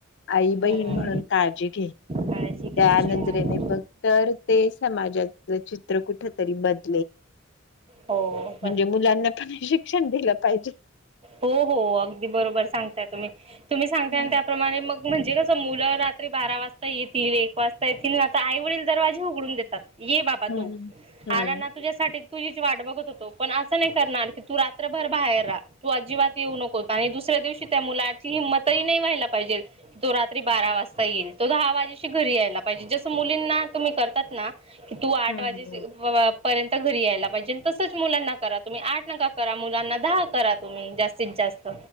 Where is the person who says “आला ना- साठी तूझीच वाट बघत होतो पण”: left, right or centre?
Right